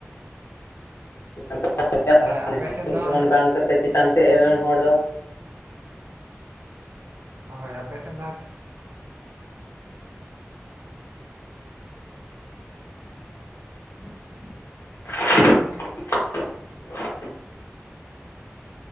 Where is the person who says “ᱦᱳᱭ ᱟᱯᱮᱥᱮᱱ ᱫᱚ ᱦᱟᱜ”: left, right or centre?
Right